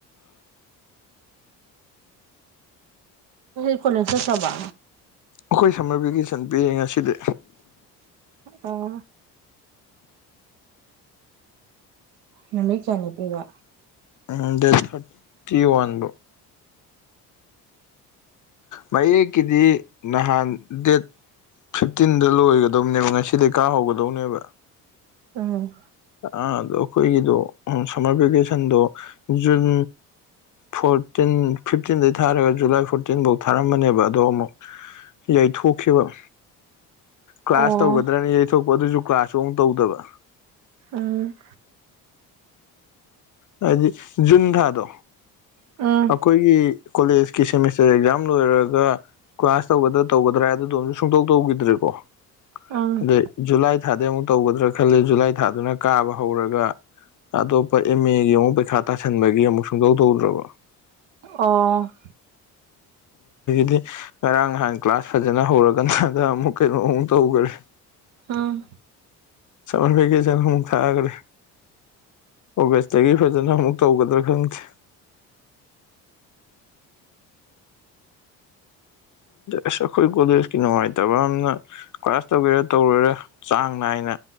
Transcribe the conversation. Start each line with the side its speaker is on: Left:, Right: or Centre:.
Right: ꯉꯁꯤꯗꯤ ꯀꯣꯂꯦꯖ ꯆꯠꯇꯔꯥꯕ
Left: ꯑꯩꯈꯣꯏ ꯁꯝꯃꯔ ꯚꯦꯀꯦꯁꯟ ꯄꯤꯔꯦ ꯉꯁꯤꯗꯤ
Right: ꯑꯣ ꯅꯨꯃꯤ ꯀꯌꯥꯅꯦꯄꯤꯕ
Left: ꯎꯝ ꯗꯦꯠ ꯊꯔꯇꯤ ꯋꯥꯟ ꯃꯌꯦꯛꯀꯤꯗꯤ ꯅꯍꯥꯟ ꯗ ꯐꯤꯐꯇꯤꯟꯗ ꯂꯣꯏꯒꯗꯧꯅꯦꯕ ꯉꯁꯤꯗꯤꯩ ꯀꯥ ꯍꯧꯒꯗꯧꯅꯦꯕ
Right: ꯎꯝ
Left: ꯑ ꯑꯗꯣ ꯑꯩꯈꯣꯏꯒꯤꯗꯣ ꯁꯝꯃꯔ ꯚꯦꯀꯦꯁꯟꯗꯣ ꯖꯨꯟ ꯐꯣꯔꯇꯤꯟ ꯐꯤꯞꯇꯤꯟꯗꯩ ꯊꯥꯔꯒ ꯖꯨꯂꯥꯏ ꯐꯣꯔꯇꯤꯟꯐꯧ ꯊꯥꯔꯝꯕꯅꯦꯕ ꯑꯗꯣ ꯑꯃꯨꯛ ꯌꯥꯏꯊꯣꯛꯈꯤꯕ ꯀ꯭ꯂꯥꯁ
Right: ꯑꯣ
Left: ꯇꯧꯒꯗ꯭ꯔꯅꯤ ꯌꯩꯊꯣꯛꯄ ꯑꯗꯨꯁꯨ ꯀ꯭ꯂꯥꯁꯁꯨ ꯑꯃꯨꯛ ꯇꯧꯗꯕ
Right: ꯎꯝ
Left: ꯍꯥꯏꯗꯤ ꯖꯨꯟꯗꯥꯥꯗꯣ
Right: ꯎꯝ
Left: ꯑꯩꯈꯣꯏꯒꯤ ꯀꯣꯂꯦꯖꯀꯤ ꯁꯦꯃꯤꯁꯇꯔ ꯑꯦꯛꯖꯥꯝ ꯂꯣꯏꯔꯒ ꯀ꯭ꯂꯥꯁ ꯇꯧꯗ꯭ꯔꯥ ꯇꯒꯗ꯭ꯔꯥ ꯑꯗꯨꯗꯣꯝꯁꯨ ꯁꯨꯡꯇꯧ ꯇꯧꯈꯤꯗ꯭ꯔꯦꯀꯣ
Right: ꯎꯝ
Left: ꯑꯗꯩ ꯖꯨꯂꯥꯏ ꯊꯥꯗꯤ ꯑꯃꯨꯛ ꯇꯧꯒꯗ꯭ꯔꯥ ꯈꯂ ꯖꯨꯂꯥꯏ ꯊꯥꯗꯨꯅ ꯀꯥꯕ ꯍꯧꯔꯒ ꯑꯇꯣꯞꯄ ꯑꯦꯝ ꯑꯦꯒꯤ ꯑꯃꯨꯛ ꯄꯩꯈꯥ ꯇꯥꯁꯟꯕꯒꯤ ꯑꯃꯨꯛ ꯁꯨꯡꯇꯧ ꯇꯧꯗ꯭ꯔꯕ
Right: ꯑꯣ
Left: ꯗꯤ ꯉꯔꯥꯡ ꯅꯍꯥꯟ ꯀ꯭ꯂꯥꯁ ꯐꯖꯅ ꯍꯧꯔꯀꯥꯟꯗ ꯑꯃꯨꯛ ꯀꯩꯅꯣ ꯑꯃꯨꯛ ꯇꯧꯈꯔꯦ
Right: ꯑꯥ
Left: ꯆꯃꯟ ꯐꯩꯒꯦ ꯆꯅ ꯑꯃꯨꯛ ꯊꯥꯑꯒ꯭ꯔꯦ ꯑꯣꯒꯁꯇꯒꯤ ꯐꯖꯅ ꯑꯃꯨꯛ ꯇꯧꯒꯗ꯭ꯔꯥ ꯈꯪꯗꯦ ꯎꯁ ꯑꯩꯈꯣꯏ ꯀꯣꯗꯀꯤ ꯅꯨꯡꯉꯥꯏꯇꯕ ꯌꯥꯝꯅ ꯀ꯭ꯂ꯭ꯔꯥꯁ ꯇꯧꯒꯦꯔꯥ ꯇꯧꯔꯔ ꯆꯥꯡ ꯅꯥꯏꯅ